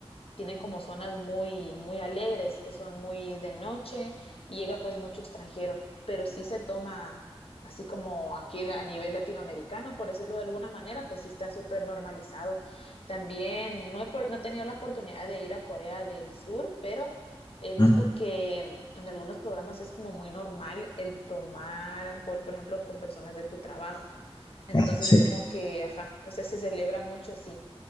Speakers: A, on the left; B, on the left.
A: tienen como zonas muy, muy alegres, que son muy de noche, y llega pues mucho extranjero, pero sí se toma, así como aquí a nivel latinoamericano, por decirlo de alguna manera, pues sí está súper normalizado. También no he, por- no he tenido la oportunidad de ir a Corea del Sur, pero he visto
B: Ah,
A: que mm, en algunos programas es como muy normal el tomar alcohol, por ejemplo, con personas de tu trabajo. Entonces,
B: ah, sí.
A: como que, ajá, o sea, se celebra mucho así